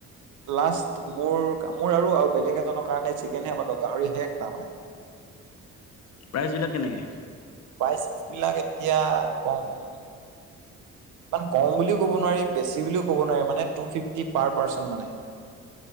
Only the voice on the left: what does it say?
প্ৰাইজ বিলাক কেনেকে?